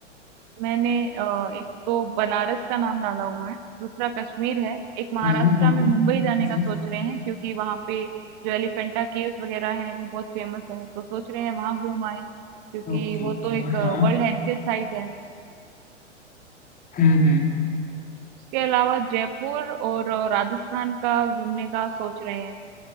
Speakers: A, on the right; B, on the left.
A: मैंने अ, एक तो बनारस का नाम डाला हुआ है दूसरा कश्मीर है एक महाराष्ट्र
B: हम्म हम्म
A: में मुंबई जाने
B: हम्म,
A: का सोच रहे हैं क्योंकि वहां पे जो एलिफेंटा केव्स वगैरह हैं वो बहुत फेमस है तो सोच रहे हैं वहां घूम आए क्योंकि
B: ओके
A: वो
B: ओके
A: तो एक
B: हाँ
A: वर्ल्ड हेरिटेज साइट है
B: हम्म हम्म
A: उसके अलावा जयपुर और अ, राजस्थान का घूमने का सोच रहे हैं